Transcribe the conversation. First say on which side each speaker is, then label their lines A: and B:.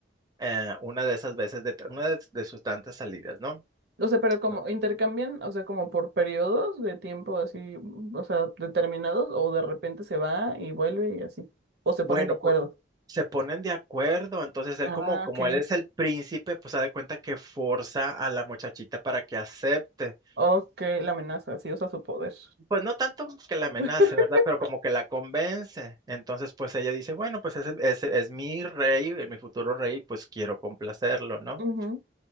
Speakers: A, on the right (about 20°); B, on the right (about 60°).
A: eh, una de esas veces, de, t- una de, de sus tantas salidas, ¿no?
B: O sea, pero como
A: No.
B: intercambian, o sea, como por periodos de tiempo así, mm, o sea, determinados, o de repente se va y vuelve y así, o se
A: Bueno,
B: ponen de acuerdo.
A: pues se ponen de acuerdo. Entonces él
B: Ah,
A: como, como
B: ok.
A: él es el príncipe, pues se da cuenta que forza a la muchachita para que acepte.
B: Ok, la amenaza, sí usa su poder.
A: Pues no tanto que la amenace,
B: <laughs>
A: ¿verdad? Pero
B: Amenaza,
A: como que la convence. Entonces, pues ella dice, bueno, pues ese, ese es mi rey, es mi futuro rey, pues quiero complacerlo, ¿no?
B: Ujú,